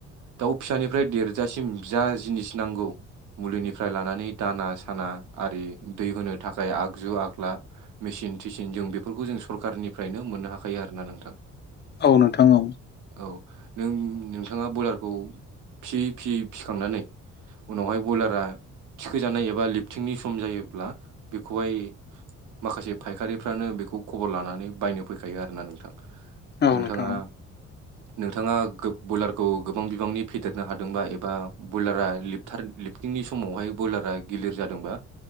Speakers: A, on the right; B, on the left.
A: दाउ फिसानिफ्राय देरजासिम जा जिनिस नांगौ। मुलिनिफ्राय लानानै दाना साना आरि दै होनो थाखाय आगजु आग्ला मेसिन थिसिन जों बेफोरखौ जों सरखारनिफ्रायनो मोननो हाखायो आरो ना नोंथां।
B: औ नोंथां औ।
A: औ नों नोंथाङा ब्रयलारखौ फिसियै फिसियै फिखांनानै उनावहाय बयलारा थिखोजानाय एबा लिफथिंनि सम जायोब्ला बेखौहाय माखासे फायखारिफ्रानो बेखौ खबर लानानै बायनो फैखायो आरोना नोंथां।
B: औ
A: नोंथाङा
B: नोंथां औ
A: नोंथाङा बयलारखौ गोबां बिबांनि फेदेरनो हादोंबा एबा ब्रयलारा लिथार लिपटिंनि समावहाय ब्रयलारा गिलिर जादोंबा